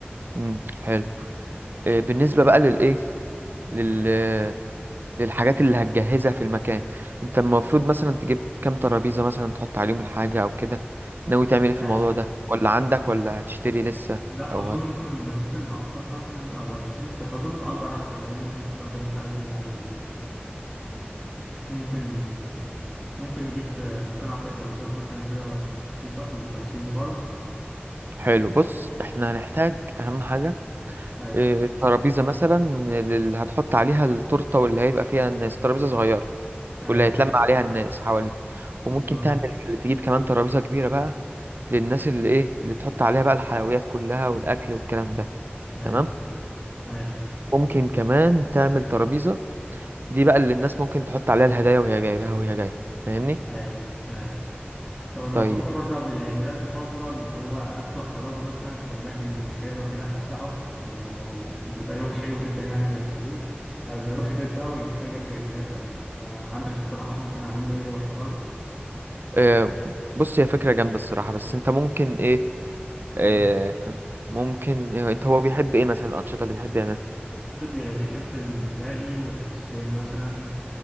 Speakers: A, on the right (about 55°); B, in the centre.
A: امم حلو إيه بالنسبه بقى للايه لل للحاجات اللي هتجهزها في المكان انت المفروض مثلا تجيب كام ترابيزة مثلا تحط عليهم الحاجة او كده ناوي تعمل ايه في
B: أي
A: الموضوع ده ولا عندك ولا هتشتري لسه
B: لا
A: او
B: أظن
A: هت-
B: ممكن ممكن نأجر مثلا أو أشتري بس أظن تأجر أحسن لأن مش هستخدم الحاجات دي بعدين يعني ممكن ممكن نجيب ممكن أجر ترابيزات مثلا كده بسيطة لخمسين فرد
A: حلو بص احنا هنحتاج اهم حاجة
B: أي
A: اه ترابيزة مثلا اللي هتحط عليها التورتة واللي هيبقى فيها الناس ترابيزة صغيرة
B: أي
A: واللي هيتلم عليها الناس حواليه وممكن
B: بالظبط
A: تعمل تجيب كمان ترابيزة كبيرة بقى للناس اللي ايه اللي تحط عليها بقى الحلويات كلها والاكل والكلام ده
B: أي
A: تمام
B: أي
A: ممكن كمان تعمل ترابيزة دي بقى اللي الناس ممكن تحط عليها الهدايا وهي جايبها وهي جاية فاهمني
B: أي أي طب أنا
A: طيب
B: بفكر برضه قبل العيد ميلاد بفترة اللي هو أخده أخرجه مثلا في أماكن حلوة كده أفسحه اللي هو يبقى يوم حلو جدا يعني ما ينساهوش قبل ما يروح البيت بقى ويتفاجئ بالعيد ميلاد كمان فعندك اقتراحات ممكن أعمل له إيه وإحنا بره؟
A: آه بص هي فكرة جامدة الصراحة بس انت ممكن ايه آه
B: مم.
A: ممكن إيه انت هو بيحب ايه مثلا الأنشطة اللي بيحب يعملها
B: ممكن بي- بيحب الملاهي والآيس كريم مثلا